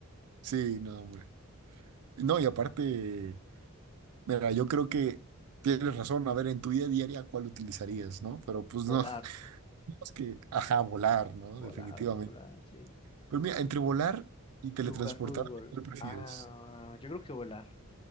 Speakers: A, on the right; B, on the left.
A: Sí, no, hombre. No, y aparte, mira, yo creo que tienes razón. A ver, en tu vida diaria, ¿cuál utilizarías, no? Pero pues no,
B: Volar,
A: <laughs> es que, ajá, volar, ¿no?
B: volar,
A: Definitivamente.
B: volar, sí.
A: Pues mira,
B: Y,
A: entre volar y teletransportarte,
B: y jugar fútbol.
A: ¿cuál prefieres?
B: Ah, yo creo que volar.